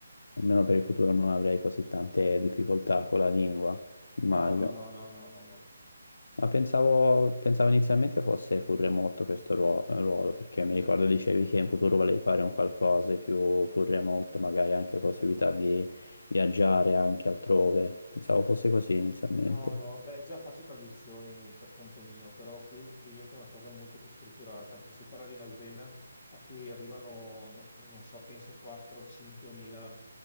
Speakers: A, on the left; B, on the left.
A: almeno per il futuro non avrei così tante difficoltà con la lingua,
B: No,
A: immagino.
B: no, no, no, no, no, no.
A: Ma pensavo, pensavo inizialmente fosse full remote questo ruo- ruolo, perché mi ricordo dicevi che in futuro volevi fare un qualcosa più full remote, magari anche possibilità di viaggiare anche altrove. Pensavo fosse così inizialmente.
B: No, no, beh, già faccio traduzioni per conto mio, però qui diventa una cosa molto più strutturata. Qui Si parla di un'azienda a cui arrivano, no- no, non so, penso 4-5 mila